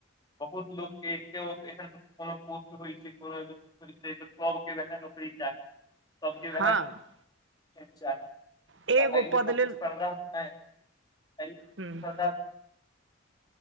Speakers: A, on the left; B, on the right.
A: बहुत लोकके केओ एहन कोनो पोस्ट होइ छै कोनो <unintelligible> सबके वेहैय
B: हँ
A: त
B: एगो
A: अल
B: पद
A: प्रतिस्पर्दा
B: लेल
A: नही एही लेल
B: हूँ
A: <unintelligible>